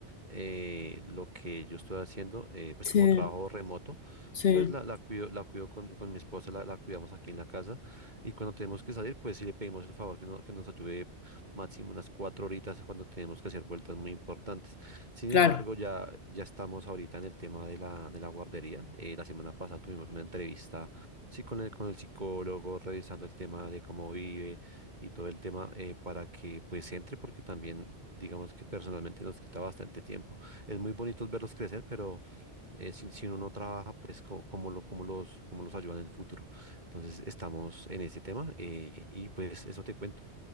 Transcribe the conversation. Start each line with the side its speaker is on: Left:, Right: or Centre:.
Right: eh, lo que yo estoy haciendo, eh, pues
Left: Sí,
Right: como trabajo remoto,
Left: sí,
Right: pues la, la cuido, la cuido con, con mi esposa, la, la cuidamos aquí en la casa y cuando tenemos que salir, pues sí le pedimos el favor que, no- que nos ayude máximo unas cuatro horitas cuando tenemos que hacer vueltas muy importantes. Sin
Left: claro.
Right: embargo, ya, ya estamos ahorita en el tema de la, de la guardería. Eh, la semana pasada tuvimos una entrevista Sí, con el, con el psicólogo, revisando el tema de cómo vive y todo el tema eh, para que pues entre, porque también digamos que personalmente nos quita bastante tiempo. Es muy bonito verlos crecer, pero eh, si, si uno no trabaja, pues co- cómo lo, cómo los, cómo los ayuda en el futuro. Entonces estamos en ese tema eh, y pues eso te cuento.